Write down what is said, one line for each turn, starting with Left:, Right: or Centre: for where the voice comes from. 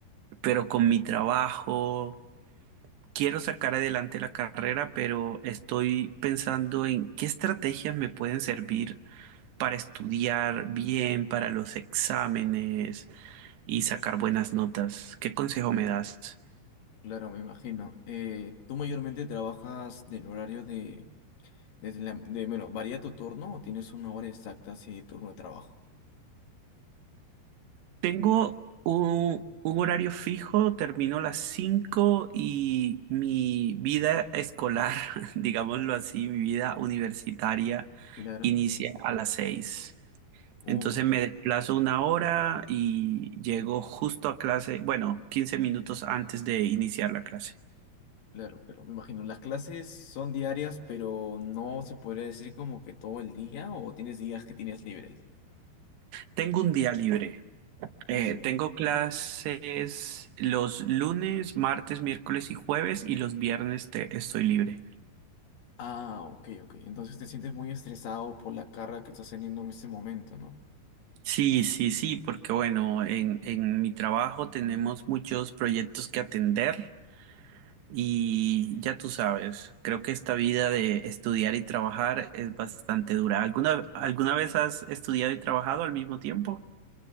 Right: pero con mi trabajo quiero sacar adelante la carrera, pero estoy pensando en qué estrategias me pueden servir para estudiar bien, para los exámenes y sacar buenas notas. ¿Qué consejo me das?
Left: claro, me imagino. Eh, ¿tú mayormente trabajas del horario de, desde la, de, bueno, varía tu turno o tienes una hora exacta así de turno de trabajo?
Right: Tengo un, un horario fijo, termino a las 5 y mi vida escolar, <laughs> digámoslo así, mi vida universitaria
Left: Claro.
Right: inicia a las 6.
Left: Uy,
Right: Entonces me desplazo una hora y llego justo a clase, bueno, 15 minutos antes de iniciar la clase.
Left: claro, claro, me imagino. Las clases son diarias, pero no se podría decir como que todo el día o tienes días que tienes libres.
Right: Tengo un día libre. Eh,
Left: Mm,
Right: tengo clases los lunes, martes, miércoles y jueves y los viernes te- estoy libre.
Left: Ah, ok, ok. Entonces te sientes muy estresado por la carga que estás teniendo en este momento, ¿no?
Right: Sí, sí, sí, porque bueno, en, en mi trabajo tenemos muchos proyectos que atender y ya tú sabes, creo que esta vida de estudiar y trabajar es bastante dura. ¿Alguna, alguna vez has estudiado y trabajado al mismo tiempo?